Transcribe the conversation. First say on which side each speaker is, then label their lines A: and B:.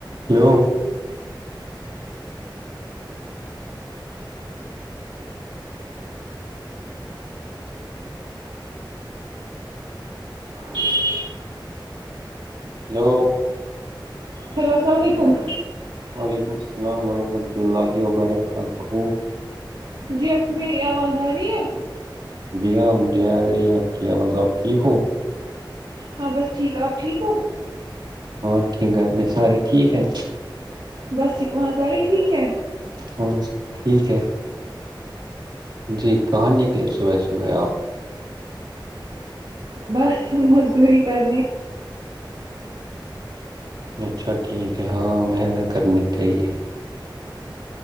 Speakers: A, on the right; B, on the right.
A: hello
B: ایک
A: hello
B: hello السلام علیکم
A: وعلیکم السلام ورحمۃ اللہ وبرکاتہ
B: جی اب کو میری آواز آ رہی ہے
A: جی ہاں مجھے آ رہی آپ کی آواز آپ ٹھیک ہو
B: ہاں بس ٹھیک آپ ٹھیک ہو
A: ہاں ٹھ گھر میں سرے ٹھیک ہے
B: بس ٹھیک وہاں سارے ٹھیک ہے
A: ہاں سب ٹھیک ہے جی کہانی کے لیے س صبح صبح آپ
B: بس مزدوری کرنی
A: اچھا ٹھیک ہے ہاں محنت کرنی چاہیے